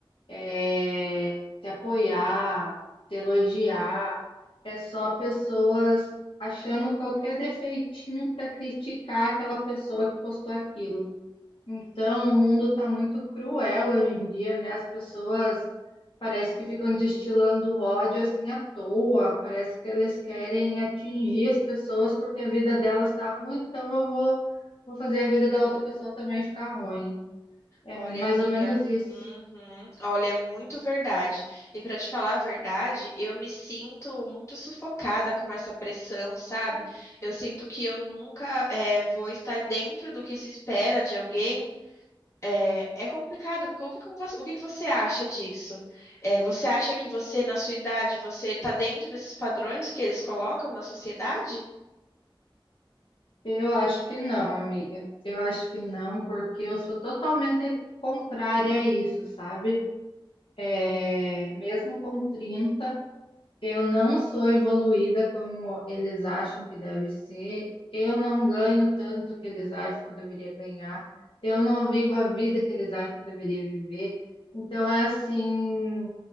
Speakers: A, on the left; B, on the left.
A: é, te apoiar, te elogiar. É só pessoas achando qualquer defeitinho para criticar aquela pessoa que postou aquilo. Então, o mundo está muito cruel hoje em dia, né? As pessoas parece que ficam destilando ódio assim à toa, parece que eles querem atingir as pessoas porque a vida delas está ruim, então eu vou, vou fazer a vida da outra pessoa também ficar ruim. É
B: Olha,
A: mais
B: amiga.
A: ou menos isso.
B: uhum, Olha, é muito verdade. E para te falar a verdade, eu me sinto muito sufocada com essa pressão, sabe? Eu sinto que eu nunca eh, vou estar dentro do que se espera de alguém. É, é complicado. O que, como você, o que que você acha disso? É, você acha que você, na sua idade, você está dentro desses padrões que eles colocam na sociedade?
A: Eu acho que não, amiga. Eu acho que não, porque eu sou totalmente contrária a isso, sabe? É, mesmo com 30, eu não sou evoluída como eles acham que deve ser. Eu não ganho tanto que eles acham que eu deveria ganhar. Eu não vivo a vida que eles acham que eu deveria viver. Então é assim,